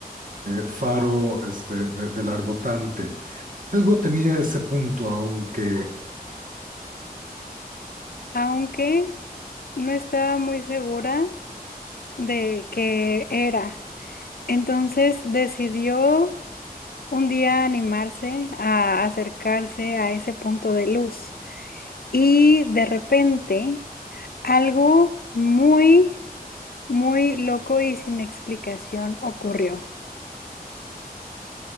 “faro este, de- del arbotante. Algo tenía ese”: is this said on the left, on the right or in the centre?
Right